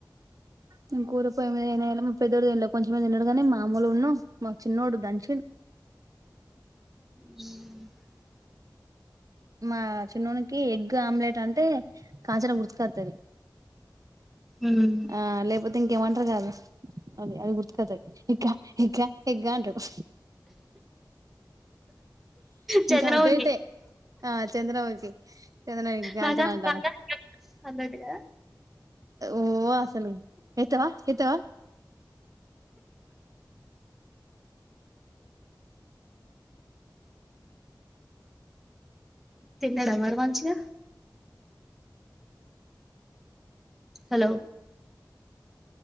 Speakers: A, on the right; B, in the centre.
A: నెన్ కూర పోయి మీద ఏయనే ఏయ్యలె. పెద్దోడు తిన్లె. కొంచమే తిన్నడుగని, మా అమ్ములు ఉన్నూ మ చిన్నోడు దంచిండు.
B: ఉమ్
A: మా చిన్నోడికి ఎగ్ ఆమ్లెట్ అంటే కాంచన గుర్తుకత్తది.
B: ఉమ్
A: ఆ లేేపో ఇంకేమో అంటర్ గాదు, అది అది గుర్తుకత్తది ఎగ్గ ఎగ్గ ఎగ్గ అంటడు.
B: చంద్రముఖి.
A: ఇంకా అటు ఇటే ఆ చంద్రముఖి చంద్రముఖి కాంచన
B: నాకా
A: అంటాన
B: నాకా నాకా అన్నట్టుగా.
A: ఓ అసలు ఎత్తవా ఎత్తవా.
B: తిన్నడా మరి మంచిగ? Hello